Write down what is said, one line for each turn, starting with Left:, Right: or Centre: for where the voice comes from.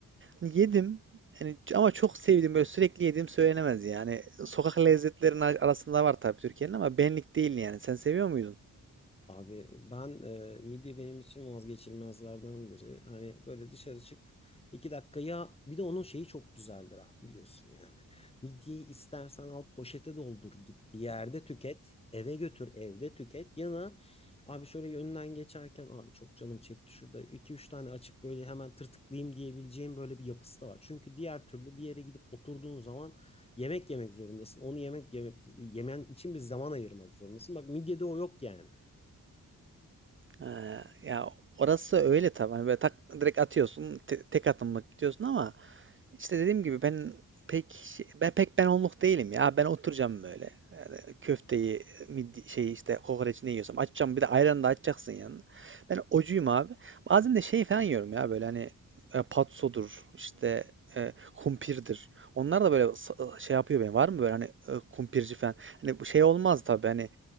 Right: Hani yedim. Yani ç- ama çok sevdim. Böyle sürekli yediğim söylenemez yani. Sokak lezzetlerinin ar- arasında var tabii Türkiye'nin ama benlik değil yani. Sen seviyor muydun?
Left: Abi ben e, midye benim için vazgeçilmezlerden biri. Hani böyle dışarı çık iki dakika ya bir de onun şeyi çok güzeldir abi biliyorsun yani. Midyeyi istersen al poşete doldur git bir yerde tüket eve götür evde tüket ya da abi şöyle yönden geçerken abi çok canım çekti şurada iki üç tane açıp böyle hemen tırtıklayayım diyebileceğim böyle bir yapısı da var. Çünkü diğer türlü bir yere gidip oturduğun zaman yemek yemek zorundasın. Onu yemek yemek yemen için bir zaman ayırmak zorundasın. Bak midyede o yok yani.
Right: Ha, ya orası öyle tabii. Hani böyle tak direkt atıyorsun. te- tek atımlık gidiyorsun ama İşte dediğim gibi ben pek şey- ben pek ben onluk değilim ya. Ben oturacağım böyle. Yani köfteyi, midi, şey işte kokoreç ne yiyorsam açacağım. Bir de ayran da açacaksın yanına. Ben ocuyum abi. Bazen de şey falan yiyorum ya böyle hani e, patsodur, işte e, kumpirdir. Onlar da böyle sa- e, şey yapıyor benim. Var mı böyle hani e, kumpirci falan? Hani bu şey olmaz tabii hani